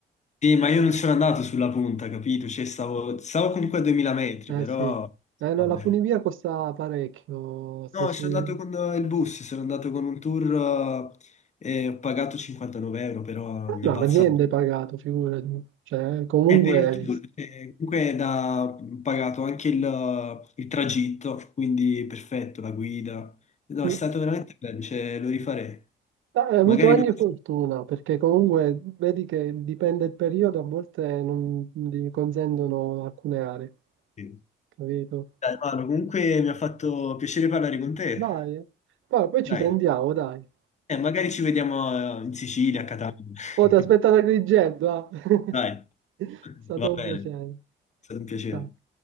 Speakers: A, on the left; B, on the right.
A: Sì, ma io non sono andato sulla punta, capito? Cioè, stavo, stavo comunque a 2000 metri,
B: Eh
A: però
B: sì. Eh, no,
A: vabbè.
B: la funivia costa parecchio. sta
A: No,
B: sui-
A: sono andato
B: Eh,
A: con eh, il bus, sono andato con un tour eh, e ho pagato 59 euro, però mi
B: No,
A: è balzato.
B: ma niente è pagato, figurati. Cioè, comunque
A: Eh, per il
B: hai visto.
A: tour, eh, comunque è da pagato anche il, il tragitto, quindi perfetto, la guida. No,
B: Mm.
A: è stato veramente bello, cioè, lo rifarei.
B: Ma Hai avuto
A: Magari
B: anche
A: non...
B: fortuna, perché comunque vedi che dipende il periodo, a volte non gli consentono alcune aree,
A: Sì.
B: capito?
A: Dai, Manu, comunque mi ha fatto piacere parlare con te.
B: Dai, eh. poi, poi ci
A: Dai,
B: sentiamo, dai.
A: eh, magari ci vediamo eh, in Sicilia, a Catania. <laughs>
B: Oh, ti aspetto da Agrigento, ah. <laughs>
A: Dai,
B: È stato
A: va bene,
B: un piacere.
A: è stato un piacere.
B: Ciao,